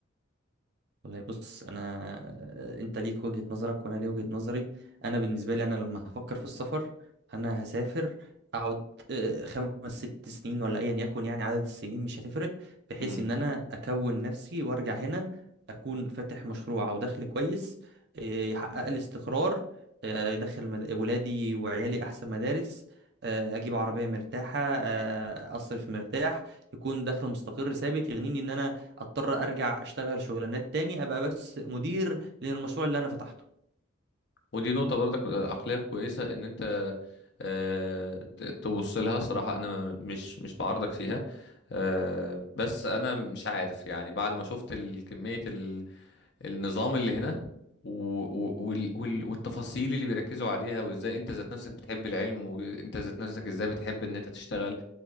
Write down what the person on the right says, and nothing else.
والله بص انا انت ليك وجهة نظرك وانا ليا وجهة نظري انا بالنسبه لي انا لما هفكر في السفر انا هسافر اقعد آه، خمس ست سنين ولا ايا يكن يعني عدد السنين مش هتفرق بحيث
ان انا اكون نفسي وارجع هنا اكون فاتح مشروع او دخل كويس آه، يحقق لي استقرار آه، يدخل مد- ولادي وعيالي احسن مدارس آه، اجيب عربيه مرتاحه آه، اصرف مرتاح يكون دخل مستقر ثابت يغنيني ان انا اضطر ارجع اشتغل شغلانات تاني ابقى بس مدير للمشروع اللي انا فتحته